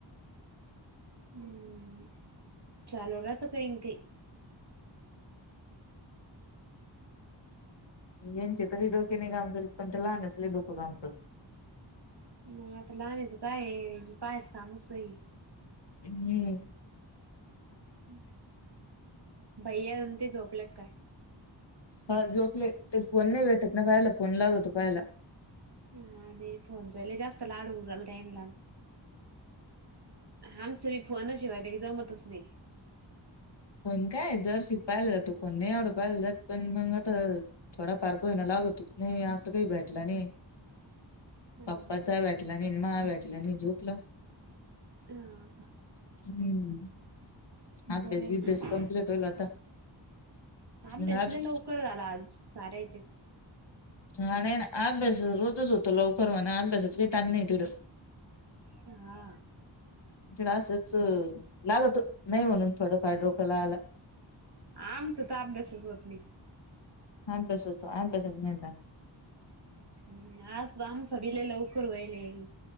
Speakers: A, on the right; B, on the left.
A: हम्म. चालू राहत काही काही
B: यांचे तरी डोक्याने काम करीत पण ते लहानच लय डोकं काम करत.
A: मग आता लहानच काय पायस कामसतई
B: हम्म.
A: हम्म. भैया अ ते झोपल्यात काय?
B: हा झोपले ते फोन नाही भेटत ना पाहाला फोन लागतो पाहाला.
A: हा नाही फोनचाले जास्त लाडू उरल जान ला. आमचं मी फोन शिवायला की जमतच नाही.
B: पण काय जर शिक. पाहिलं जातो पोण नाही आवडं पाहिलं जात पण मग आता थोडा फारक होईना लागत नाही आता काही भेट. कलं नाही.
A: <inaudible> हा
B: पप्पाचा
A: का
B: वेटलाने म वेटल्याने झुकलं.
A: हा का
B: हम्म अभ्यास
A: बरं आहे
B: बिभ्यास कंप्लीट होईल आता
A: ह
B: मग
A: बसले
B: अभ-
A: लवकर झाला. ज सार्याच.
B: हा नाही आ बस रोजच होतो लवकर म. बसच तन इतड.
A: हा
B: म्हड असंच. लाल तो नाही म्हणून थोडंफार डोक ला आला.
A: आमचा तर अभ्यासच होत नाही.
B: हा बस होतो आ बसच नाही.
A: हम् आज आमचा विलेय लवकर व्हाल.